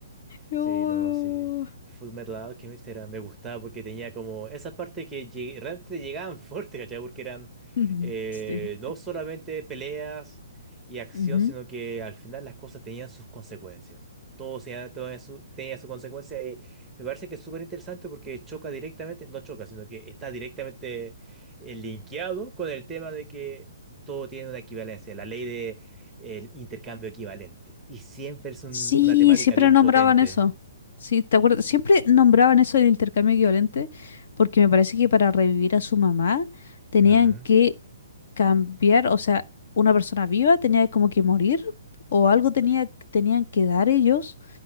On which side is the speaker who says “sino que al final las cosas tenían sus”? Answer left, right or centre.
Centre